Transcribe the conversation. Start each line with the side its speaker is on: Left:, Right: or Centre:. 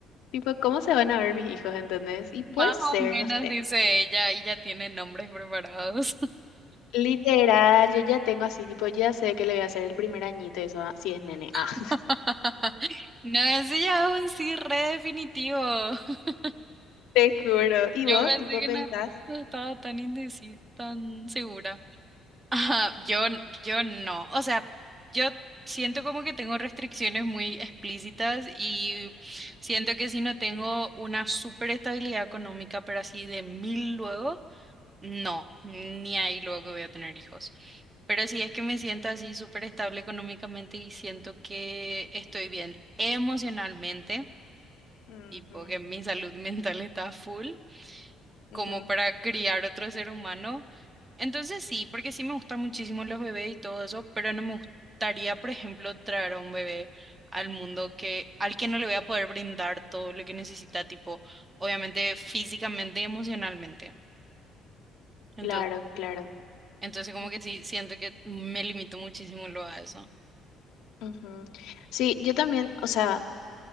Left: tipo, cómo se van a ver mis hijos, ¿entendés? Y puede
Right: Más
Left: ser,
Right: o menos
Left: no sé.
Right: dice ella y ya tiene nombres preparados.
Left: Literal, yo ya tengo así, tipo, ya sé que le voy a hacer el primer añito, y eso, ah, si es nene, ah. <laughs>
Right: <laughs> No, ese ya es un sí re definitivo. <laughs>
Left: Te juro. ¿Y
Right: Yo
Left: vos,
Right: pensé
Left: tipo,
Right: que
Left: pensás?
Right: no, no estaba tan indecisa, tan segura. Ajá, yo, yo no. O sea, yo siento como que tengo restricciones muy explícitas y siento que si no tengo una súper estabilidad económica, pero así de mil luego, no, ni ahí luego que voy a tener hijos. Pero si es que me siento así súper estable económicamente y siento que estoy bien emocionalmente,
Left: Ujú,
Right: tipo que mi salud <laughs> mental está full como
Left: ujú.
Right: para criar otro ser humano. Entonces sí, porque sí me gustan muchísimo los bebés y todo eso, pero no me gustaría, por ejemplo, traer a un bebé al mundo que, al que no le voy a poder brindar todo lo que necesita, tipo, obviamente físicamente y emocionalmente. Entonces,
Left: Claro, claro.
Right: entonces como
Left: Mm,
Right: que sí, siento que me limito muchísimo luego a eso.
Left: ujú. Sí, yo también, o sea.